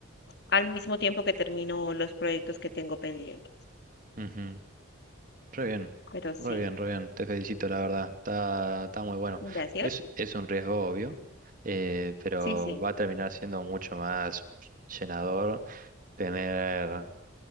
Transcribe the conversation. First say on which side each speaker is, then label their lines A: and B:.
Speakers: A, on the left; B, on the right.
A: al mismo tiempo que termino los proyectos que tengo pendientes.
B: ¿eh? Ujú, Re bien,
A: Pero sí,
B: re bien, re bien. Te felicito, la verdad. Está, está muy bueno.
A: gracias.
B: Es, es un riesgo obvio, eh, pero
A: Sí, sí,
B: va a terminar siendo mucho más llenador tener